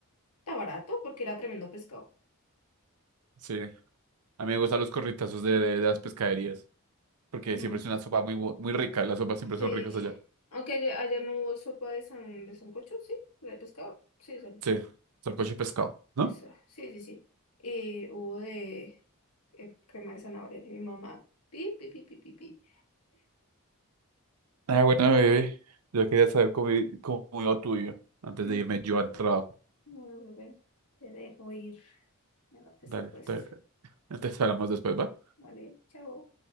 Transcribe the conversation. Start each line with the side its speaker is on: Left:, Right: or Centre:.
Left: Está barato porque era tremendo pescado.
Right: sí. A mí me gustan los corritazos de, de- de las pescaderías, porque
Left: Mm,
Right: siempre es una sopa muy, bu- muy rica. Las sopas siempre
Left: sí.
Right: son ricas allá.
Left: Aunque allá, allá no hubo sopa de san, de sancocho, sí, la de pescado. Sí, sale.
Right: Sí, salcoche de pescado, ¿no?
Left: Esa, sí, sí, sí. Y hubo de eh, crema de zanahoria. Y mi mamá, pi, pi, pi, pi, pi, pi.
Right: Ah, bueno, bebé. Yo quería saber cómo, i- cómo iba tuyo antes
Left: <laughs>
Right: de irme yo al trabajo.
Left: Bueno, bebé, te dejo ir. Ya no te
Right: Dale,
Left: secuestro.
Right: te- entonces hablamos después, ¿va?
Left: Vale, chao.